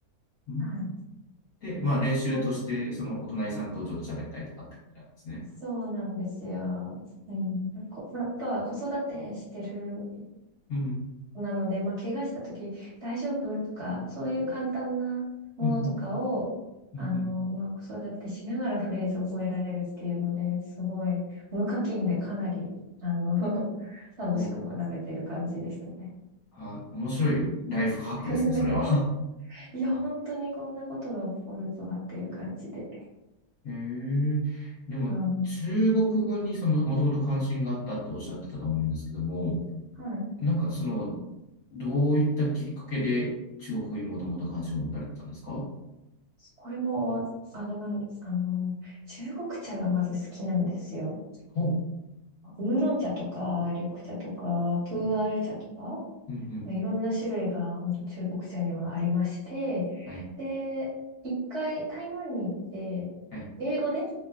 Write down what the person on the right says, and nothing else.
はい。
ほ、
そうなんですよ。うん。こ、まあとは子育てしてる
なので、まあ、怪我したとき大丈夫とか、そういう簡単なものとかを、
あの、まあ、子育てしながらフレーズ覚えられるっていうので、すごい、無課金でかなり、あの、<laughs> 楽しく学べてる感じですね。
<laughs>
いや、
本当にこんなことが起こるとはっていう感じで。
うん。
はい。
これも、あれなんです。あの、中国茶がまず好きなんですよ。
ウーロン茶とか、緑茶とか、プーアール茶とか。
いろんな種類が本当中国茶にはありまして、
で、一回台湾に行って、
英語で